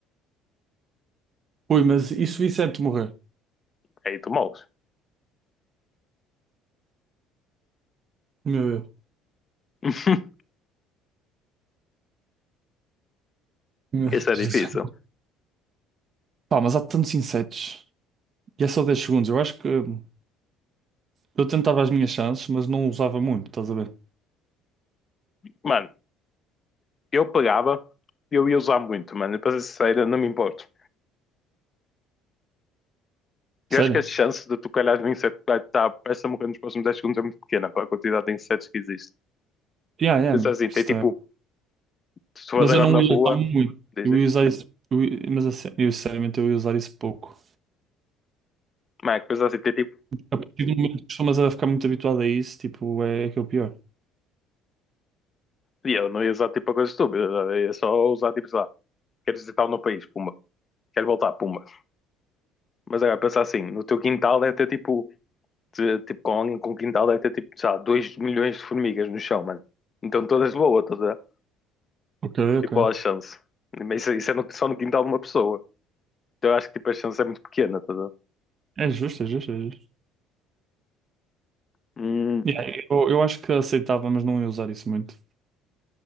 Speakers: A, on the right; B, on the left.
A: Ui, mas e se o inseto morrer?
B: Aí tu moles.
A: Meu Deus.
B: <laughs>
A: Meu
B: Isso é
A: Jesus.
B: difícil.
A: Pá, mas há tantos insetos. E é só 10 segundos. Eu acho que hum, eu tentava as minhas chances, mas não usava muito, estás a ver?
B: Mano, eu pegava, eu ia usar muito, mano. E para ser sincero, não me importo.
A: Sério?
B: Eu acho que as chances de tu calhar no inseto que vai estar a peça morrer nos próximos 10 segundos é muito pequena para a quantidade de insetos que existe.
A: Yeah, yeah.
B: Pensa assim,
A: isso
B: tem tipo
A: também.
B: Se tu fores
A: Mas
B: agora
A: eu não
B: na rua,
A: ia usar muito.
B: dizes,
A: Eu ia usar isso. eu ia- mas assim, eu, sinceramente eu ia usar isso pouco.
B: mas é que coisa assim, tem tipo,
A: A partir do momento que costumas a ficar muito habituado a isso, tipo, é, é que é o pior.
B: e eu não ia usar tipo a coisa estúpida, sabe? eu ia só usar tipo, sei lá, quero visitar o meu país, pumba, quero voltar, pumba. Mas agora, pensa assim, no teu quintal deve ter tipo, de- tipo com alguém com quintal deve ter tipo, sei lá, 2 milhões de formigas no chão, mano. Então todas de boa, estás a ver?
A: Ok, ok.
B: E qual a chance? Mas isso, isso é no- só no quintal de uma pessoa. Então eu acho que tipo, a chance é muito pequena, estás a ver?
A: É justo, é justo, é justo.
B: Hum,
A: Yeah, eu, eu acho que aceitava, mas não ia usar isso muito.